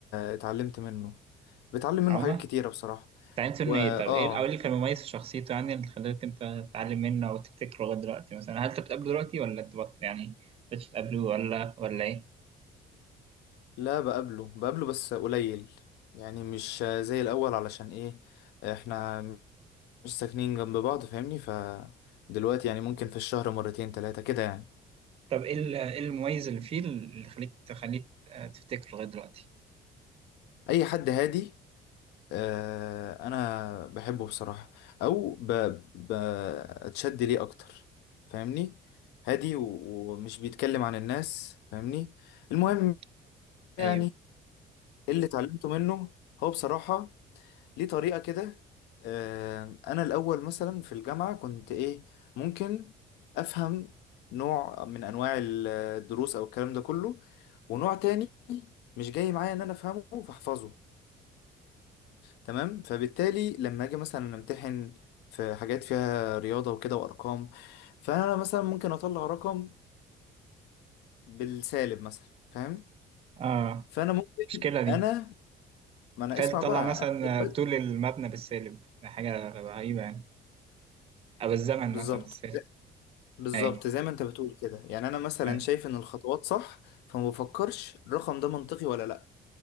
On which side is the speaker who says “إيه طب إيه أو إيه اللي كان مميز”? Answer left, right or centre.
Right